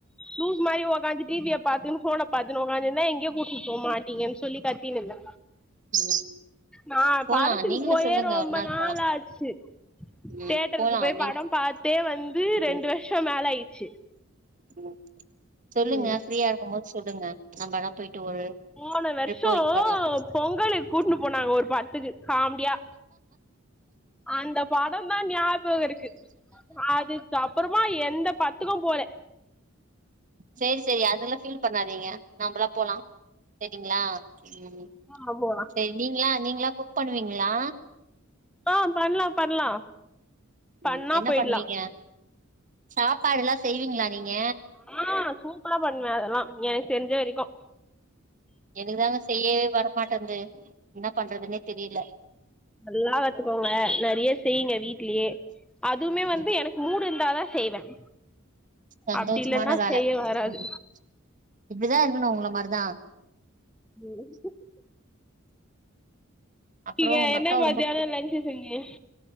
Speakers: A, in the centre; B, on the right (about 40°).
A: லூஸ் மாரி உக்காந்து டி விய பாத்துன்னு ஃபோன பாத்துன்னு உக்காந்துந்தா எங்யு கூட்டு போ மாட்டீங்கன்னு சொல்லி க த்தின்னுந்த
B: ம்
A: நா
B: போலா
A: படத்துக்கு
B: நீங்களு
A: போயே
B: சொல்லுங்க
A: ரொம்ப
B: ஒரு
A: நாள்
B: போலா
A: ஆச்சு
B: ம்
A: தியேட்டருக்கு
B: போலா
A: போய்
B: நீங்
A: படம் பாத்தே வந்து
B: ம்
A: ரெண்டு வருஷம் மேல ஆயிச்சு
B: ம் சொல்லுங்க
A: ம்
B: ஃப்ரீயா இருக்கும்போது சொல்லுங்க நம்மல்லா போயிட்டு ஒரு
A: போன வருஷோ
B: ட்ரிப் போயிட்டு வரலா
A: பொங்கலுக்கு
B: ம்
A: கூட்டு போனாங்க ஒரு படத்துக்கு காம் பியா அந்த படந்தான் ஞபகோ இருக்கு அது அப்பறமா எந்த படத்துக்கு போல
B: சேரி சேரி அதெல்லா ஃபீல் பண்ணாதீங்க நம்மல்லா போலா சேரிங்ளா ம்
A: ஆ போலா
B: சேரி நீங்ளா நீங்கல்லா குக் பண்ணுவீங்ளா
A: ஆஹன பண்லா பண்லா
B: ம்
A: பண்ணா
B: என்ன
A: போயிட்லா
B: பண்ணுவீங்க சாப்பாடு எல்லா செய்வீங்ளா நீங்க
A: ஆ சூப்பரா பண்ணுவேன் அதெல்லா எனக்கு தெரிஞ்ச வரைக்கு
B: எனக்குதாங்க செய்யவே வரமாட்டன்து என்ன பண்றதுன்னே தெரில
A: நல்லா வாத்துக்கோங்க நெறைய செய்ங்க வீட்லயே அதுமே வந்து
B: ம்,
A: என மூடு இருந்தாதான் செய்வன்
B: சந்தோஷமான
A: அப்டி இல்லன்னா
B: வேல
A: செய்ய வராது
B: ம் இப்டிதா இருக்கணு உங்கள மாரிதா
A: ம்
B: அப்றோ
A: நீங்க
B: உங்க
A: என்ன
B: அக்காவ
A: மத்தியானோ
B: ரொம்ப புடிக்கு
A: லன்ச்சு செஞ்சீங்க